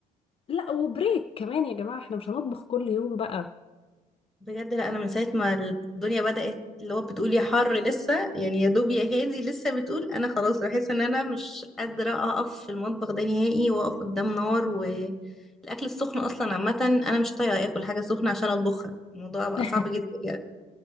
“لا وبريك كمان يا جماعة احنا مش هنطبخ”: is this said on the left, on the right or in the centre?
Left